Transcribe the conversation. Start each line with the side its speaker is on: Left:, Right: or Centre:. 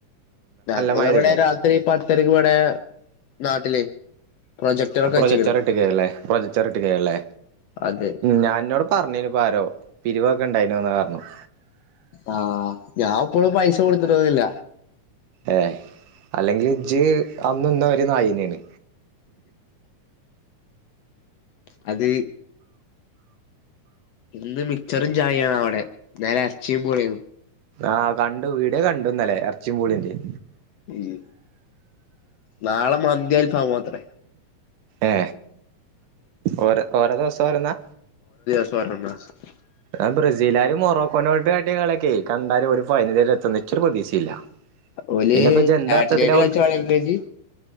Left: ഞങ്ങളവിടെ
Right: മഴ പെയ്തിക്ക്ണു
Left: രാത്രി പത്തരക്ക് ഇവിടെ നാട്ടില് പ്രൊജക്ടറൊക്കെ
Right: പ്രൊജക്ടർ
Left: വെച്ച്ക്ക്ണ്
Right: ഇട്ടുകയല്ലേ പ്രൊജക്ടർ ഇട്ടുകയല്ലേ
Left: അത്
Right: ഞാ എന്നോട് പറഞ്ഞേന്പ്പ ആരോ പിരിവക്കണ്ടായി <unintelligible>
Left: ആഹ് ഞാൻ ഇപ്പോഴും പൈസ കൊടുത്തിട്ടഒ ന്നില്ല
Right: ഏ അല്ലെങ്കിൽ ജ് അന്നന്ന ഒരുര് നായിനയാണ്
Left: <inaudible> അത് ഇന്ന് മിച്ചറും ചായയണവടെ ന്നലെ എറച്ചിയും പുളിം
Right: ആ കണ്ടു വീഡോ കണ്ടുന്നലേ എറച്ചി പൂളിന്റേം.
Left: ഉം നാളെ മന്തിയൽഫാമുമത്രെ.
Right: ഏ? ഓരോ ഓരോ ദിവസം വരുന്നാ
Left: <unintelligible>
Right: ആ ബ്രസീലാരും മൊറോക്കോനായിട്ട് കാട്ടിയ കളിയെക്കെ കണ്ടാലും ഓര് ഫൈനലെക്കെത്തുന്ന് നിക്കൊരു പ്രതീക്ഷയില്ല.
Left: ഓല്
Right: പിന്നെ
Left: <unintelligible>
Right: ഇപ്പൊ ഇജ്ജ് എന്താ അർത്ഥത്തിലാ